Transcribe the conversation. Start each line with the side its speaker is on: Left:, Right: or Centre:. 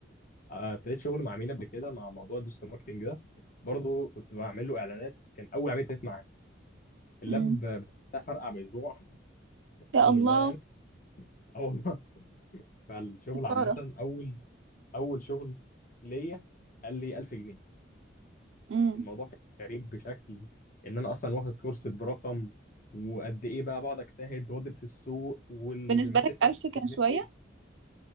Left: آه، ابتديت شغل مع عميل قبل كده مع موضوع الديجيتال ماركتنج ده برضه كنت بعمل له اعلانات كان اول عميل ابتديت معاه اللاب
Right: امم
Left: بتاع فرقع باسبوع <laughs> الحمد
Right: يا الله
Left: لله يعني اه والله فالشغل
Right: اشارة
Left: عامه اول اول شغل ليا قال لي 1000 جنيه
Right: امم
Left: الموضوع كان غريب بشكل ان انا اصلا واخد كورس برقم وقد ايه بقى بقعد اجتهد وادرس السوق والجيمات
Right: بالنسبة لك
Left: التانية
Right: ألف كان
Left: بيعملوا
Right: شوية
Left: ايه